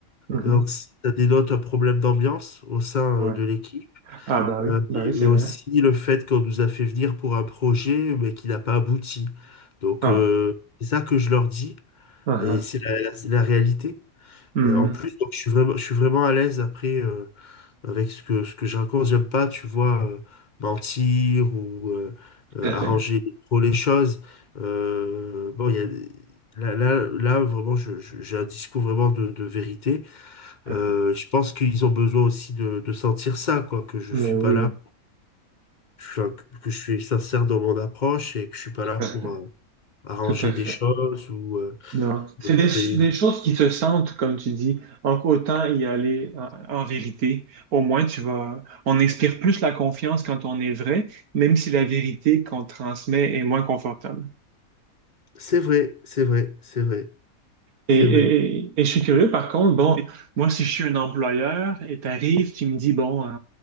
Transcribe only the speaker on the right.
Mhm.
Ouais.
Ah, bah
oui, bah
oui, c'est
vrai.
Ah,
ah,
ah.
Hmm.
Tout à fait.
Tout
à fait.
Mais
oui,
tout
à fait.
Tout à fait.
Non.
C'est des, des choses qui se sentent, comme tu dis. Donc, autant y aller en, en vérité. Au moins, tu vas, on inspire plus la confiance quand on est vrai, même si la vérité qu'on transmet est moins confortable.
Et,
et-
et je suis curieux, par contre, bon, moi, si je suis un employeur et t'arrives, tu me dis, bon, euh,